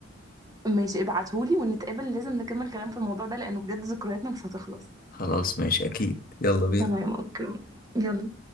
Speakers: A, on the right (about 20°); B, on the left (about 45°).
A: ماشي ابعتهولي ونتقابل لازم نكمل كلام في الموضوع ده لانه بجد ذكرياتنا مش هتخلص
B: خلاص ماشي أكيد يلا بينا
A: تمام اوكي يلا